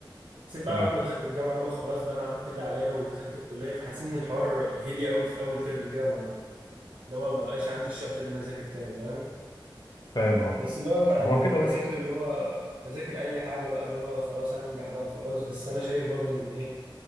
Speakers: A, on the right; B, on the left.
A: حسيت بقى
B: تمام
A: بعد ما دخلت الجامعه اللي هو خلاص بقى انا عملت اللي عليا ودخلت الكليه فحسيت ان الحوار هدي قوي في اول ترم كده ما اللي هو ما بقاش عندي الشغف ان انا اذاكر تاني فاهم
B: فاهم اه
A: بس اللي هو يعني
B: ما هو كده
A: بذاكر
B: برضه
A: اللي هو بذاكر اي حاجه بقى اللي هو خلاص انجح بقى وخلاص بس انا شايف برضو ان ايه